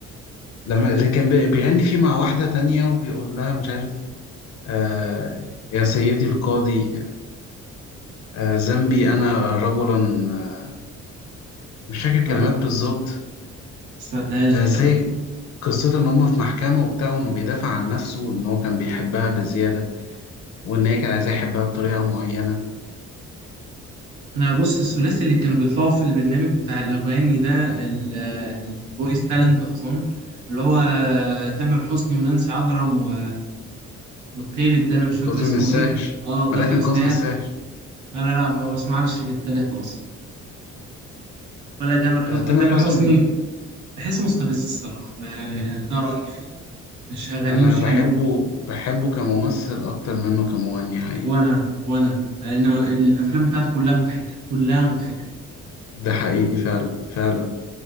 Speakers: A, on the left (about 65°); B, on the right (about 75°).
A: لما اللي كان بي... بيغني فيه مع واحدة تانية وبيقول لها مش عارف آه... يا سيدي القاضي آه... ذنبي أنا رجل آه... مش فاكر
B: لا
A: كلمات
B: ما
A: بالظبط
B: سمعتهاش
A: بس
B: دي لا
A: هي قصته ان هما في محكمة وبتاع وانه بيدافع عن نفسه وان هو كان بيحبها بزيادة وان هي كان عايزاه يحبها بطريقة معينة
B: انا بص الثلاثي اللي كانوا بيطلعوا في البرنامج بتاع الاغاني ده الفويس تالنت اظن اللي هو تامر حسني ونانسي عجرم و... والتالت ده انا مش
A: وكاظم
B: فاكر اسمه
A: الساهر
B: ايه اه كاظم
A: ما ده كان
B: الساهر
A: كاظم الساهر
B: لا لا لا ما بسمعش للتلاتة اصلا ولا تامر
A: آه
B: حسني
A: تامر
B: تامر
A: حسني
B: حسني بحسه مستفز الصراحه يعني ده رايي فيه مش اغانيه
A: انا
B: مش
A: بحبه
B: حلوه
A: بحبه كممثل اكتر منه كمغني حقيقي
B: وانا وانا انا الافلام بتاعته كلها مضحكه كلها مضحكه
A: ده حقيقي فعلا فعلا